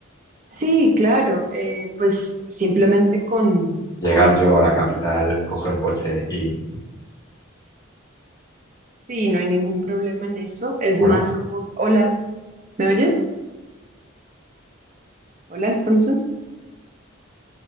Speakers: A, on the right (about 35°); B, on the left (about 15°).
A: sí, claro. eh, pues simplemente con,
B: llegar
A: con,
B: yo a la capital, coger un coche y,
A: sí, no hay ningún problema en eso. Es
B: hola,
A: más como, hola, ¿me oyes? Hola, Alfonso.